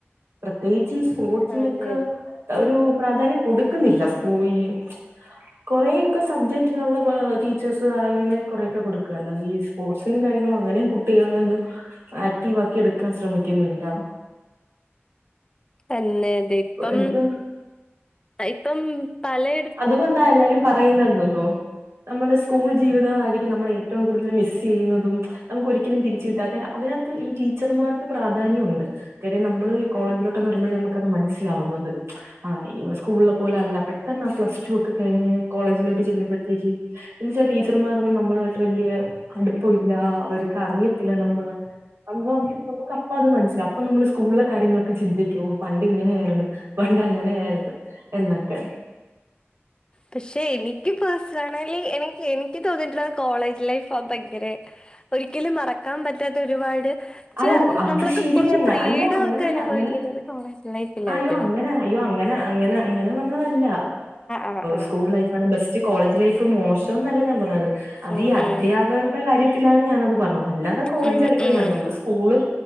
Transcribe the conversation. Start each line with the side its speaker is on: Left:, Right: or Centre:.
Right: പ്രതേകിച്ച് ഈ സ്പോർട്സിനെക്ക
Left: അതെ അതെ
Right: ഒരു പ്രാധാന്യം കൊടുക്ക്‌ന്നില്ല സ്കൂയ്യ് കൊറെക്ക സബ്ജക്റ്റിനുള്ള ബാ ടീച്ചേഴ്സ് അങ്ങനെ കൊറെക്കെ കൊടുക്കാൻല ലീവ്സ് പോർട്സിലും കാര്യങ്ങള്ലും അങ്ങനെയും കുട്ടികളെ ഒന്നും ആക്റ്റീവാക്കി എടുക്കാൻ ശ്രമിക്കുന്നില്ല
Left: തന്നെ തെ ഇപ്പം
Right: എനിക്ക്
Left: അ ഇപ്പം പലെ
Right: അതുകൊണ്ടാ എല്ലാരും പറയുന്നതുംപ്പോ നമ്മുടെ സ്കൂൾ ജീവിതവായിരിക്കും നമ്മളെ ഏറ്റവും കൂടുതല് മിസ്സ് ചെയ്യുന്നതും നമുക്കൊരിക്കലും തിരിച്ചു കിട്ടാത്തെ അതിനാത്ത് ഈ ടീച്ചർമാർക്ക് പ്രാധാന്യവോ ത് കാര്യം നമ്മള് കോളേജിലോട്ടൊക്കെ വരുമ്പഴെ നമുക്കത് മനസ്സിലാവുന്നത് ആഹ് ഇ സ്കൂൾല പോലല്ല പെട്ടെന്ന പ്ലസ് ടു ഒക്ക കഴിഞ്ഞ് കോളേജിലോട്ട് ചെല്ലുമ്പഴ്ത്തേക്ക് എന്ന് വെച്ചാ ടീച്ചർമാർക്കൊന്നു നമ്മളുവായിട്ട് വല്യ അടുപ്പവില്ല അവര്ക്ക് അറിയത്തില്ല നമ്മള അത് നമുക്ക് നമുക്കപ്പാത് മനസിലാവും അപ്പ നമ്മള് സ് സ്കൂളില കാര്യങ്ങളൊക്കെ ചിന്തിക്കുവോ പണ്ട് ഇങ്ങനെയായിരുന്നു പണ്ടങ്ങനെയായിരുന്നു എന്നൊക്കെ
Left: പക്ഷെ എനിക്ക് പേഴ്സണലി എനിക്ക് എനിക്ക് തോന്നിട്ടുള്ളത് കോളേജ് ലൈഫ് ആ ഭയങ്കരെ ഒരിക്കലും മറക്കാം പറ്റാത്ത ഒരുപാട് ച്ച്
Right: അല്ല അത്
Left: നമ്മളക്ക
Right: ശരി
Left: കൊറച്ച്
Right: തന്നെ.
Left: ഫ്രീഡോക്കെ
Right: അയ്യോ അങ്ങനെയല്ല.
Left: അനുഭവിക്കുന്നത്
Right: അങ്ങനെ
Left: കോളേജ് ലൈഫില
Right: അയ്യോ
Left: ഇപ്പ ഞാന്
Right: അങ്ങനെ അയ്യോ അങ്ങനെ അങ്ങനെ അങ്ങന പറഞ്ഞ ഇതല്ല
Left: ആഹ് ആഹ്
Right: സ്കൂൾ ലൈഫാണ് ബെസ്റ്റ് കോളേജ് ലൈഫ് മോശം എന്നല്ല ഞാൻ പറഞ്ഞത്. അത്
Left: ഉം
Right: ഈ അധ്യാപകരുടെ
Left: ഉം
Right: കാര്യത്തിലാണ് ഞാനത് പറഞ്ഞത് അല്ലാതെ കോളേജ്
Left: ഉം
Right: അടിപൊളിയാണ്
Left: ഉം
Right: നമ്മൾ. സ്കൂള്